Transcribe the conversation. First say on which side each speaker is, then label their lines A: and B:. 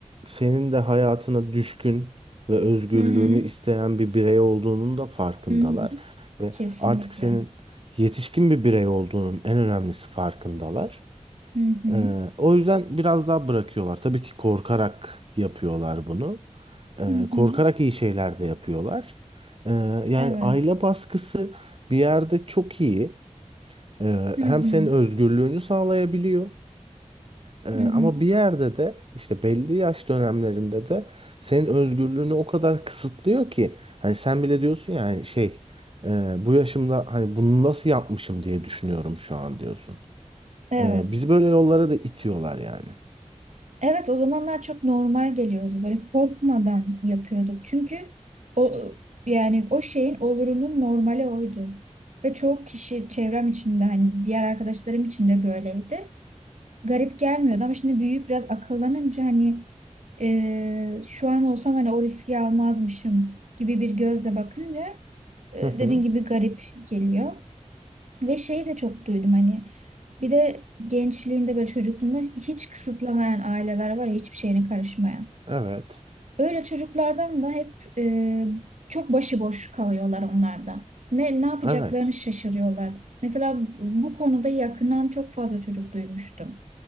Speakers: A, on the right; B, on the right.
A: senin de hayatına düşkün ve özgürlüğünü
B: Hı hı.
A: isteyen bir birey olduğunun da farkındalar.
B: Hı hı.
A: Ve
B: Kesinlikle.
A: artık senin yetişkin bir birey olduğunun en önemlisi farkındalar.
B: Hı hı.
A: Ee, o yüzden biraz daha bırakıyorlar. Tabii ki korkarak yapıyorlar bunu. Ee,
B: Hı hı.
A: korkarak iyi şeyler de yapıyorlar. Ee, yani
B: Evet.
A: aile baskısı bir yerde çok iyi. Ee,
B: Hı
A: hem
B: hı.
A: senin özgürlüğünü sağlayabiliyor. Ee,
B: Hı hı.
A: ama bir yerde de işte belli yaş dönemlerinde de senin özgürlüğünü o kadar kısıtlıyor ki hani sen bile diyorsun yani şey e, bu yaşımda hani bunu nasıl yapmışım diye düşünüyorum şu an diyorsun.
B: Evet.
A: Ee, bizi böyle yollara da itiyorlar yani.
B: Evet o zamanlar çok normal geliyordu. Böyle korkmadan yapıyorduk. Çünkü o yani o şeyin olurunun normali oydu. Ve çoğu kişi çevrem içinde hani diğer arkadaşlarım için de böyleydi. garip gelmiyordu ama şimdi büyüyüp biraz akıllanınca hani e, şu an olsam hani o riski almazmışım gibi bir gözle bakınca e,
A: Hı hı.
B: dediğin gibi garip geliyor. Ve şeyi de çok duydum hani bir de gençliğinde böyle çocukluğunda hiç kısıtlamayan aileler var ya hiçbir şeyine karışmayan.
A: Evet.
B: Öyle çocuklardan da hep e, çok başıboş kalıyorlar onlar da. Ne, ne yapacaklarını
A: Evet.
B: şaşırıyorlar. Mesela bu konuda yakından çok fazla çocuk duymuştum.